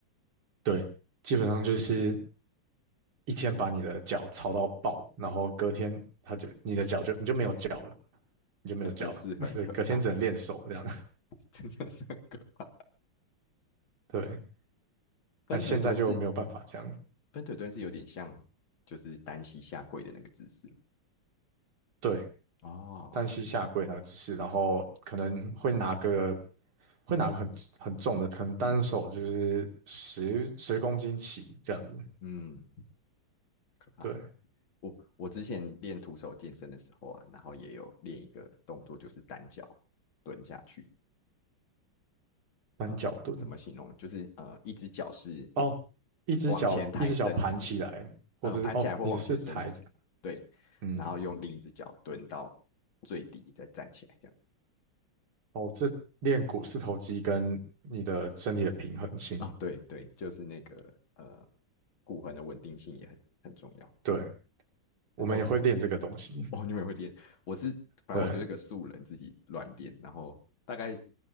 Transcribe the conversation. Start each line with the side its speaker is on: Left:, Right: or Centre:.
Right: 对，基本上就是一天把你的脚操到爆，然后隔天他就你的脚就你就没有脚了，你就没有脚了，
Left: 真的是很可怕，
Right: <laughs> 所以隔天只能练手这样，
Left: 真的是很可怕。
Right: <laughs> 对，
Left: 分腿蹲是
Right: 但现在就没有办法这样，
Left: 分腿蹲是有点像就是单膝下跪的那个姿势，
Right: 对，
Left: 哦，
Right: 单膝下跪那个姿势，然后可能会拿个会拿个很很重的，可能单手就是十十公斤起这样子，
Left: 嗯嗯，可怕。
Right: 对，
Left: 我我之前练徒手健身的时候啊，然后也有练一个动作，就是单脚蹲下去。
Right: 单脚蹲
Left: 呃，怎么形容？就是呃，一只脚是
Right: 哦，一只脚一只脚盘起来，
Left: 往前抬伸直，
Right: 或者是哦你是抬，
Left: 嗯、呃盘起来或往前伸直，对，
Right: 嗯，
Left: 然后用另一只脚蹲到最低，再站起来，这样。
Right: 哦这练股四头肌跟你的身体的平衡性，
Left: 啊，对对，就是那个呃，骨盆的稳定性也很很重要。
Right: 对，我们也会练这个东西，
Left: 然后哦，你们也会练？我是，反正我就是个素人，
Right: 对，
Left: 自己乱练，然后大概